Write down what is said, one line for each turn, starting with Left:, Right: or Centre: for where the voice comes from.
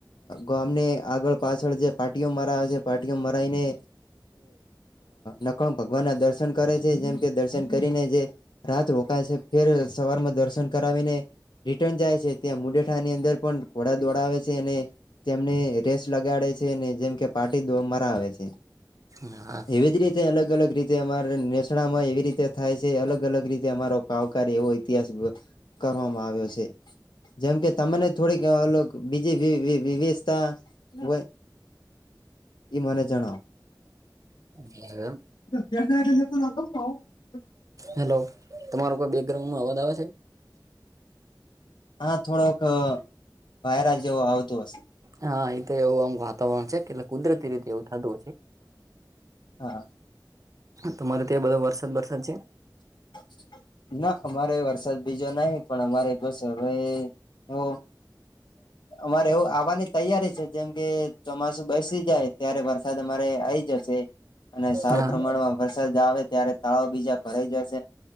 Left: ગામને આગળ પાછળ જે પારટીઓ મરાવે છે, પારટીઓ મરાઈને નખમ ભગવાન ના દર્શન કરે છે જેમ કે દર્શન કરીને જે રાત રોકાય છે, ફેર સવાર માં દર્શન કરાવીને. રિટર્ન જાય છે, ત્યાં મુડેઠા ની અંદર પણ ઘોડા દોડા આવે છે, અને તેમને રેસ લગાડે છે, ને જેમ કે પારટી દો મરા આવે છે.
Right: હા <inaudible>
Left: એવી જ રીતે અલગ- અલગ રીતે અમારે નેસણા માં એવી રીતે થાય છે અલગ -અલગ રીતે અમારો કાવકાર એવો ઇતિહાસ કરવામાં આવ્યો છે. જેમ કે તને થોડીક બીજી વિવિધતા હોય. એઈ મને જણાવો.
Right: એ
Left: એ તો જ
Right: હેલો તમારો કોઈ બેકગ્રાઉન્ડ નો અવાજ આવે છે.
Left: હા થોડોક વાયરા જેવો આવતું હશે.
Right: હા એ તો એવું આમ વાતાવરણ છે, કેટલે કુદરતી રીતે એવું થતું હ છે.
Left: હા
Right: તમારે ત્યાં બધો વરસાદ- વરસાદ છે.
Left: અ <inaudible> ના અમારે વરસાદ બીજો નહી પણ અમારે બસ હવે એ અ હમારે એવું આવવાની તૈયારી છે જેમ કે ચોમાસુ બેસી જાય ત્યારે વરસાદ અમારે આઈ જશે અને સારા
Right: હા
Left: પ્રમાણમાં વરસાદ આવે ત્યારે તાળાવ બીજા ભરા જશે